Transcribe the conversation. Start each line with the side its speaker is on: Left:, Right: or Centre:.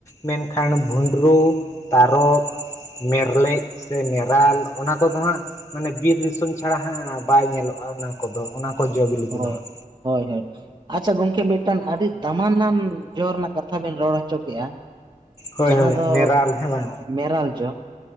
Left: ᱢᱮᱱᱠᱷᱟᱱ ᱵᱷᱩᱸᱰᱨᱩ ᱛᱟᱨᱚᱵ ᱢᱮᱨᱞᱮᱡ ᱾ ᱥᱮ ᱢᱮᱨᱟᱞ ᱚᱱᱟ ᱠᱚᱫᱚ ᱦᱟᱸᱜ ᱢᱟᱱᱮ ᱵᱤᱨ ᱫᱤᱥᱚᱢ ᱪᱷᱟᱲᱟ ᱦᱟᱸᱜ ᱵᱟᱭ ᱧᱮᱞᱚᱜᱼᱟ ᱚᱱᱟ ᱠᱚᱫᱚ ᱚᱱᱟ, ᱠᱚ ᱡᱚ ᱵᱤᱞᱤ
Right: ᱦᱳᱭ,
Left: ᱠᱚᱫᱚ ᱦᱟᱸᱜ
Right: ᱦᱳᱭ ᱦᱳᱭ ᱟᱪ-ᱪᱷᱟ ᱜᱚᱢᱠᱮ ᱢᱤᱫᱴᱟᱝ ᱦᱟᱰᱤᱫ ᱫᱟᱢᱟᱱᱟᱢ ᱡᱚ ᱨᱮᱱᱟᱜ ᱠᱟᱛᱷᱟ ᱵᱮᱱ ᱨᱚᱲ ᱦᱚᱪᱚ ᱠᱮᱜᱼᱟ
Left: ᱦᱳᱭ
Right: ᱡᱟᱦᱟᱸ
Left: ᱦᱳᱭ
Right: ᱫᱚ
Left: ᱢᱮᱨᱟᱞ ᱦᱮᱸ ᱵᱟᱝ
Right: ᱢᱮᱨᱟᱞ ᱡᱚ ᱾